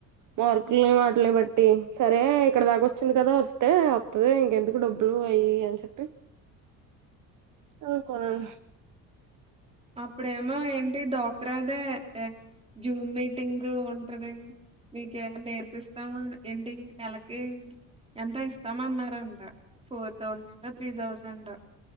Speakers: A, on the right; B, on the right.
A: మార్కుల్ని వాట్నీ బట్టి సరే ఇక్కడ దాకా వచ్చింది కదా వత్తే వత్తది ఇంకెందుకు డబ్బులు అయి ఇయి అని చెప్పి అవును కొనం
B: అప్పుడేమో ఏంటి డాక్రాదే జూమ్ మీట్ టింగ్ ఉంటది మీక ఎ నేర్పిస్తాము ఎండింగ్ నెలకి ఎంత ఇస్తాం అన్నారంట ఫోర్ థౌజండ్ ఒ త్రీ థౌజండ్ ఒ